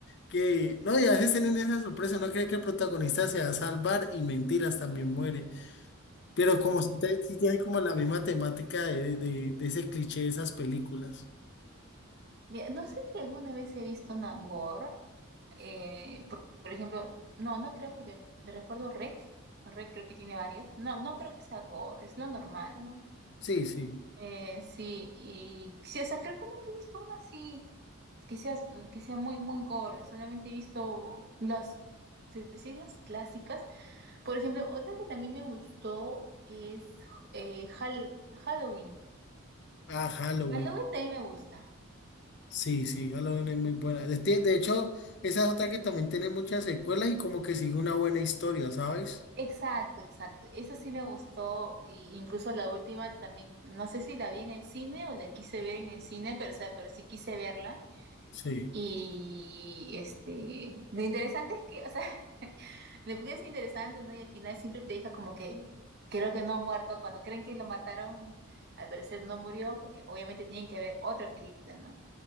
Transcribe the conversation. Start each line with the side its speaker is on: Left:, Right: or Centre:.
Left: que, no, y a veces tienen esa sorpresa, no cree que el protagonista se va a salvar y mentiras también muere. Pero como usted sí tiene como la misma temática de, de- de ese cliché de esas películas.
Right: Mira, no sé si alguna vez he visto una gore, eh, por, por ejemplo, no, no creo porque me recuerdo Rec, Rec creo que tiene varias. No, no creo que sea gore, es lo normal, ¿no?
Left: Sí, sí.
Right: Eh, sí, y sí, o sea, creo que nunca he visto una así que sea que sea muy, muy gore. Solamente he visto las, sí, pues sí, las clásicas. Por ejemplo, otra que también me gustó es eh, Hal- Halloween.
Left: Ah, Halloween.
Right: Halloween también me gusta.
Left: Sí, sí, Halloween es muy buena. De, de hecho, esa es otra que también tiene muchas secuelas y como que sigue una buena historia, ¿sabes?
Right: Exacto, exacto. Esa sí me gustó, y incluso la última también, no sé si la vi en el cine o la quise ver en el cine, pero, o sea, pero sí quise verla.
Left: Sí.
Right: Y este, lo interesante es que, o sea, <laughs> la película es interesante, ¿no? Y al final siempre te deja como que, creo que no ha muerto. Cuando creen que lo mataron, al parecer no murió, porque obviamente tienen que ver otra película, ¿no?